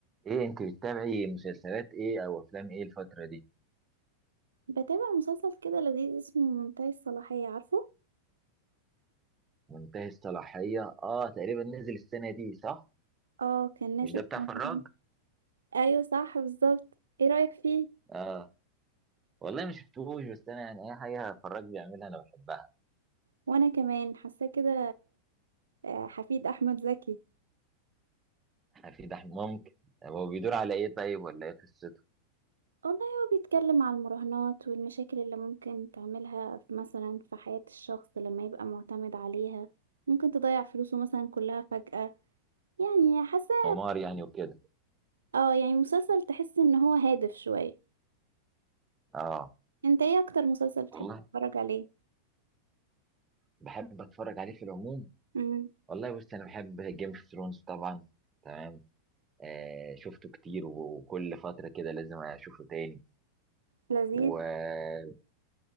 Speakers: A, on the right; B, on the right.
A: ايه انت بتتابعي مسلسلات ايه او افلام ايه الفترة دي
B: بتابع مسلسل كده لذيذ اسمه منتهي الصلاحية عارفه
A: منتهي الصلاحية اه تقريبا نزل السنة دي صح
B: اه كان نازل
A: مش ده
B: في
A: بتاع فراج
B: رمضان ايوه صح بالظبط ايه رأيك فيه
A: اه والله ما شفتوش بس انا يعني اي حاجة فراج بيعملها انا بحبها
B: وانا كمان حاساه كده آه، حفيد احمد زكي
A: <laughs> في ده ممكن هو بيدور على ايه طيب ولا ايه قصته
B: والله هو بيتكلم عن المراهنات والمشاكل اللي ممكن تعملها في مثلا في حياة الشخص لما يبقى معتمد عليها ممكن تضيع فلوسه مثلا كلها فجأة يعني حاسه
A: هو نار يعني وكده
B: اه يعني مسلسل تحس ان هو هادف شوية
A: اه
B: انت ايه اكتر مسلسل بتحب
A: والله
B: تتفرج عليه
A: بحب اتفرج عليه في العموم
B: امم
A: والله بص انا بحب جيم اوف ثرونز طبعا تمام آه شفته كتير و- وكل فترة كده لازم اشوفه تاني
B: لذيذ
A: وفعلا